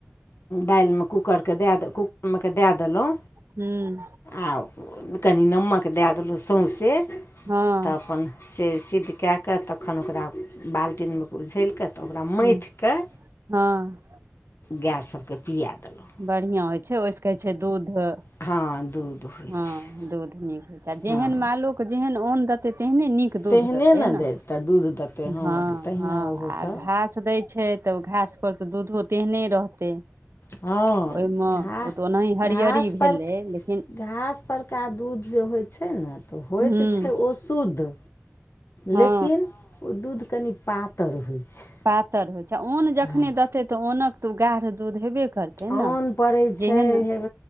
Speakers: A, on the left (about 60°); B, on the right (about 60°).
A: दालिमे कूकरकेँ दए द कूकरमेकेँ दए देलहुँ।
B: हूं।
A: आ कनि नामक देय देलहुँ, सौंसे
B: हँ
A: तऽ अपन। से सिद्ध केए कऽ तखन ओकरा। बाल्टीमे उछयलक तऽ ओकरा मयथ
B: हुँ
A: कऽ
B: हँ
A: गैस सभके पिया देलहुॅ।
B: बढ़िया होइ छै, ओहिसँ कहै छै दूध
A: हँ, दूध। होइ
B: हँ,
A: छै
B: दूध नीक होइत छै, आ जेहन
A: हँ
B: मालोकऽ जेहन अन्न देतै तेहने नीक दुध
A: तेहने
B: देते
A: ने
B: न,
A: देत तऽ दूध देतै हँ
B: ह,
A: तऽ तहिना
B: ह
A: ओहोसभ
B: घास घास दै छै, तऽ घासपर तऽ दूधो तेहने रहतै
A: हँ
B: ओहिमे ओ
A: घा घास
B: तऽ ओनाह हरियरी
A: घासपर
B: भेलै लेकिन।
A: घास परका दूध जे होइत छै ने तऽ होइत
B: हुँ
A: छै ओ शुद्ध।
B: हँ
A: लेकिन ओ दूध कनि पातर होइ छै।
B: पातरि होइत छै, अन्न जखने
A: हँ
B: देतै तऽ अन्नके तऽ ओ गरह र दूध हेबे करतै
A: अन्न
B: ने
A: पड़ै छै
B: जेहन।
A: हे